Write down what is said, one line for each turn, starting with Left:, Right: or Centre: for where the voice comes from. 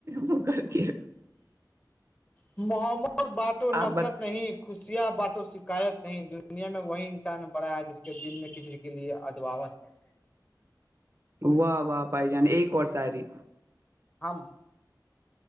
Right: مک د
Left: محمد باٹو نفرت
Right: آپ بت
Left: نہیں خوشیاں باٹ و شکایت نہیں دنیا میں وہی انسان بڑا ہے جس کے دل میں کسی کے لیے ادواوت ہے
Right: واہ واہ پائ جان ایک وورس ہےری
Left: ہمم